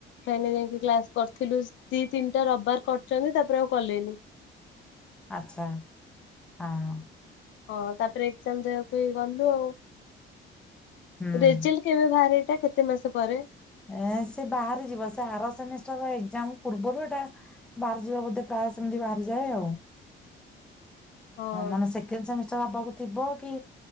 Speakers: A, on the left; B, in the centre.
A: ଦି ତିନିଟା ରବାର ତାପରେ ଆଉ କଲେନି।
B: ଆଚ୍ଛା ହଁ।
A: ହଁ ତାପରେ ଏକ୍ଜାମ ଦେବାକୁ ହ ଗଲୁ ଆଉ।
B: ହୁଁ।
A: <unintelligible> ଟା କେତେ ମାସ ପରେ?
B: ଏ ସେ ବାହାରି ଯିବ ସେ ହର ସେମିଷ୍ଟର ଏଜାମ ପୂର୍ବରୁ ଏଇଟା ବାହାରି ଯିବା ବୋଧେ ପ୍ରାୟ ସେମିତି ବାହାରିଯାଏ ଆଉ।
A: ହଁ
B: ମାନେ ସେକେଣ୍ଡ ସେମିଷ୍ଟର ହବାକୁ ଥିବ କି